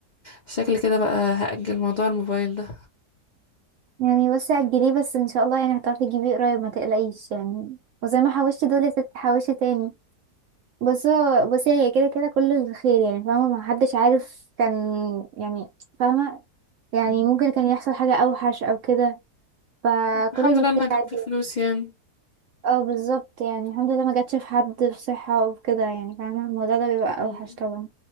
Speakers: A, on the left; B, on the right.
A: شكلي كده بقى هأجل موضوع الموبايل ده
B: يعني بس أجليه بس إن شاء الله يعني هتعرفي تجيبيه قريب ما تقلقيش يعني وزي ما حوشتي دول يا ستي حوشي تاني بصي هو- بصي هي كده كده كله الخير يعني فاهمة ما حدش عارف كان يعني فاهمة يعني
A: مم.
B: ممكن كان يحصل حاجة أوحش أو كده فكل
A: الحمد
B: الخير
A: لله انها جت
B: عادي
A: في الفلوس يعني
B: اه بالظبط يعني الحمد لله ما جاتش في حد في صحة وكده يعني فاهمة الموضوع ده بيبقى
A: مم.
B: أوحش طبعا